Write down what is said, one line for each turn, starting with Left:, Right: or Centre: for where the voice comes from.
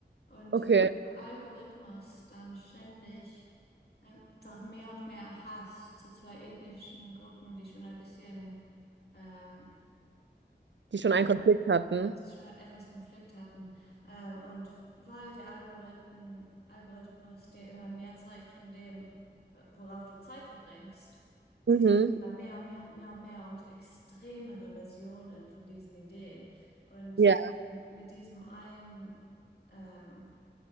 Left: und
Right: Okay,
Left: wie der Algorithmus dann ständig einfach mehr und mehr Hass zu zwei ethnischen Gruppen, die schon ein bisschen ähm,
Right: die schon einen Konflikt hatten.
Left: ja, die schon etwas Konflikt hatten. Ähm, und weil der Algorithmen, Algorithmus dir immer mehr zeigt von dem, äh, worauf du Zeit verbringst, siehst
Right: Mhm.
Left: du immer mehr und mehr und mehr und mehr und extremere Versionen von diesen Ideen. Und
Right: Ja.
Left: ähm, mit diesem einen, ähm,